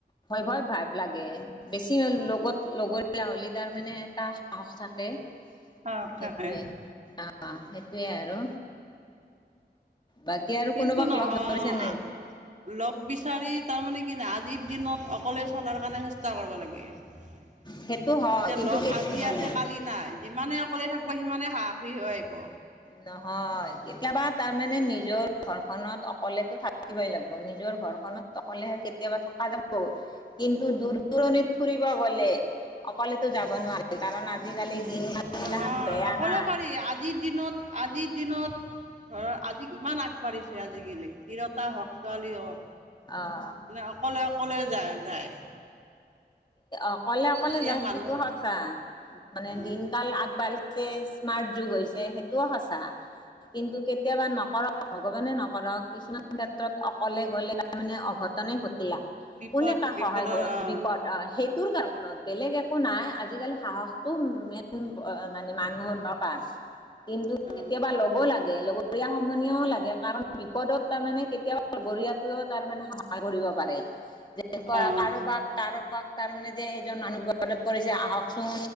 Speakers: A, on the left; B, on the right.
A: ভয় ভয় ভাৱ লাগে। বেছি লগত লগৰীয়া হলে তাৰ মানে এটা সাহস থাকে।
B: সাহস
A: সেইটোৱে।
B: থাকে
A: অ সেইটোৱে আৰু। বাকী আৰু
B: কিন্তু
A: কোনোবাক
B: নহয়
A: লগ ধৰিছেনে নাই?
B: লগ বিচাৰি তাৰমানে কি ন আজিৰ দিনত অকলে চলাৰ কাৰণে চেষ্টা কৰব লাগে। এতিয়া
A: সেইটো হয় কিন্তু
B: লগ আজি, আছে কালি নাই। যিমানে অকলে থাক কিব সিমানে সাহসী হৈ আইব।
A: নহয়। কেতিয়াবা তাৰমানে নিজৰ ঘৰখনত অকলেতো থাকিবই লাগব। নিজৰ ঘৰখনত। অকলে কেতিয়াবা থকা যাব। কিন্তু দূৰ-দূৰণিত ফুৰিব গলে অকলে যাব নোৱাৰি। কাৰণ আজিকালি দিন গাল গিলাখখন
B: নহয়
A: বেয়া
B: অকলেও
A: না।
B: পাৰি আজিৰ দিনত আজিৰ দিনত ধৰ আজি ইমান আগবাঢ়িছে আজিকালি। তিৰতা হওক, ছোৱালী হওক
A: অ
B: মানে অকলে অকলে যায়, যায়।
A: অকলে অকলে
B: এতিয়া
A: যায়
B: মানুহ
A: সেইটো সঁচা। মানে
B: আহ
A: দিনকাল আগবাঢ়ি স্মাৰ্ট যুগ হৈছে, সেইটোও সঁচা। কিন্তু কেতিয়াবা নকৰক ভগৱানে নকৰক কিছুমান ক্ষেত্ৰত অকলে গ'লে তাৰ মানে অঘটনে ঘটে।
B: বিপদ
A: কোনে তাক
B: বিপদৰ
A: সহায় কৰ
B: আহ
A: বিপদ আহ সেইটোৰ কাৰণত বেলেগ একো নাই। আজিকালি সাহসটো মেইন মানে, মানুহৰ দৰকাৰ। কিন্তু
B: আহ
A: কেতিয়াবা লগো লাগে। লগত গৰীয়া সমনীয়াও লাগে কাৰণ বিপদত তাৰমানে কেতিয়াবা লগৰীয়াটোৱেও তাৰমানে সহায় কৰিব পাৰে। যে
B: আহ
A: কাৰোবাক কাৰো তাৰ মানে যে এইজন মানুহত পৰিছে আহকচোন